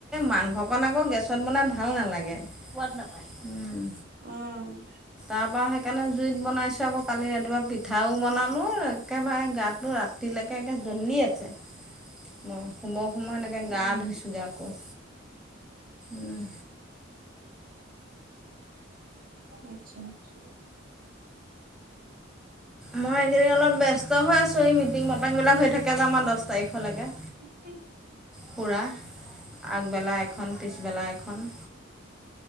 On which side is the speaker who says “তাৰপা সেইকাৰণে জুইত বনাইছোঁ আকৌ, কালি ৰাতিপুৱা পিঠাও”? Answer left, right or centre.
Centre